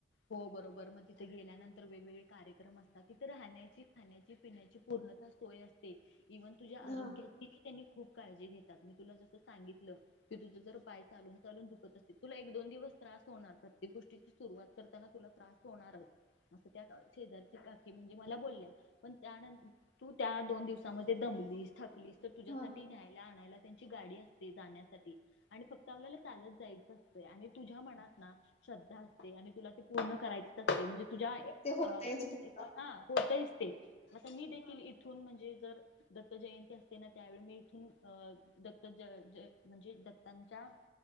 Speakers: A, on the left; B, on the left.
A: हो बरोबर मग तिथे गेल्यानंतर वेगवेगळे कार्यक्रम असतात. तिथे राहण्याची, खाण्याची, पिण्याची पूर्णता सोय असते. इव्हन तुझ्या आरोग्याची
B: हा
A: ही त्यांनी खूप काळजी घेतात मी तुला जस सांगितलं की तुझं जर पाय चालून चालून दुखत असतील तुला एक दोन दिवस त्रास होणार प्रत्येक गोष्टीची सुरुवात करताना तुला त्रास होणारचं. असं त्या शेजारची काकी म्हणजे मला बोलल्या, पण त्यानं तू त्या दोन दिवसामध्ये दमलीस थकलीस तर तुझ्यासाठी
B: हा
A: न्यायंला आणायला त्यांची गाडी असते जाण्यासाठी आणि फक्त आपल्याला चालत जायचं असतं, आणि तुझ्या मनात ना श्रद्धा असते आणि- तुला ते पूर्ण करायच असते म्हणजे तुझ्या ए
B: ते होतयच
A: अ
B: फक्त
A: हां होतयच - ते आता मी देखील इथून म्हणजे जर, दत्त जयंती असते ना, त्यावेळी मी इथून अ दत्त जय जय म्हणजे, दत्तांच्या